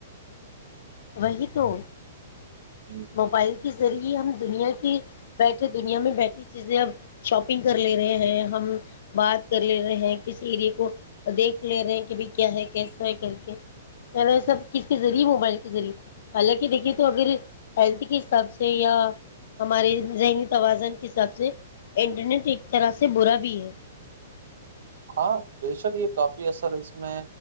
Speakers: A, on the left; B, on the right.
A: وہی تو
B: جی
A: موبائل کے ذریعے ہم دنیا کی بیٹھے دنیا میں بیٹھی چیزیں اب شاپنگ کر لے رہے ہیں ہم بات کر لے رہے ہیں کسی اریے کو دیکھ لے رہے ہیں کہ بھ کیا ہے کیسا ہے کر کے سب کز کے ذریعے موبائل کے ذریعے حالانکہ دیکھیے تو اگر ہیلتھ کے حساب سے یا ہمارے ذہنی توازن کے حساب سے انٹرنیٹ ایک طرح سے برا بھی ہے
B: ہاں بےشک یہ کافی اثر اس میں